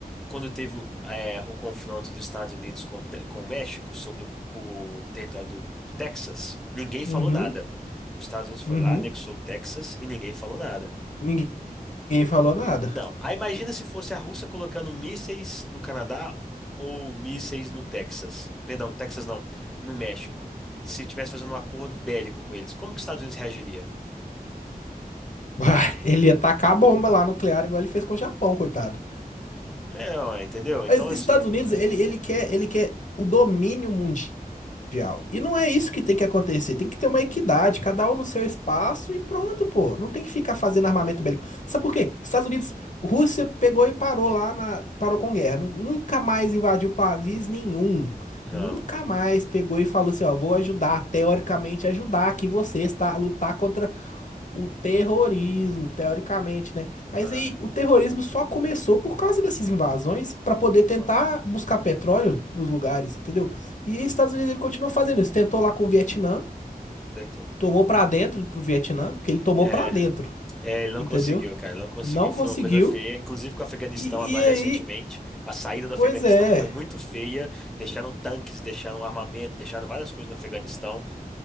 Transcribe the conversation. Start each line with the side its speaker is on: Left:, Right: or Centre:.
Centre: quando teve é, o confronto dos Estados Unidos com, o Te- com o México sobre o, o território do, do Texas, ninguém falou
Left: Uhum,
Centre: nada. Os Estados Unidos foi
Left: uhum.
Centre: lá, anexou o Texas e ninguém falou nada.
Left: Ninguém falou nada.
Centre: Não, aí imagina se fosse a Rússia colocando mísseis no Canadá ou mísseis no Texas. Perdão, no Texas não, no México. Se tivesse fazendo um acordo bélico com eles, como que os Estados Unidos reagiria?
Left: Uai, Ele ia tacar a bomba lá nuclear igual ele fez com o Japão, coitado.
Centre: É, ó, entendeu? Então,
Left: Mas
Centre: assim,
Left: Estados Unidos, ele, ele quer, ele quer o domínio mundial. mundial. E não é isso que tem que acontecer. Tem que ter uma equidade, cada um no seu espaço e pronto, pô. Não tem que ficar fazendo armamento bélico. Sabe por quê? Estados Unidos, Rússia pegou e parou lá na, parou com guerra. Nu- Nunca mais invadiu país nenhum.
Centre: não.
Left: Nunca mais pegou e falou assim, ó, vou ajudar, teoricamente ajudar aqui vocês, tá? A lutar contra o terrorismo, teoricamente, né? Mas
Centre: Ah,
Left: aí o terrorismo só começou por causa dessas invasões para poder tentar
Centre: não,
Left: buscar petróleo nos lugares, entendeu? E os Estados Unidos ele continuou fazendo isso, tentou lá com o Vietnã,
Centre: tentou.
Left: tomou para dentro pro Vietnã, porque ele tomou
Centre: É.
Left: para dentro,
Centre: É, ele não
Left: entendeu?
Centre: conseguiu, cara, não conseguiu.
Left: Não
Centre: Foi
Left: conseguiu.
Centre: uma coisa feia. Inclusive com o Afeganistão
Left: E,
Centre: agora
Left: e aí,
Centre: recentemente, a saída do Afeganistão
Left: pois é,
Centre: foi muito feia. Deixaram tanques, deixaram armamento, deixaram várias coisas no Afeganistão